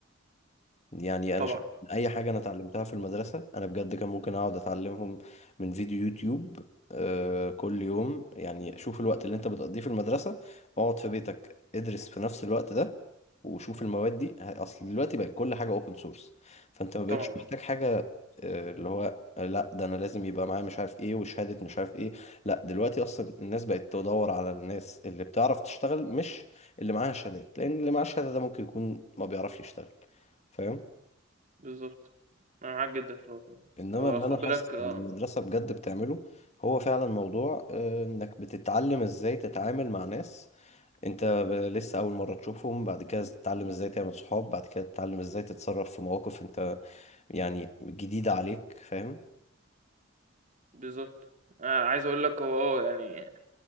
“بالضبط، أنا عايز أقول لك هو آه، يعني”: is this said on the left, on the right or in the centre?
Right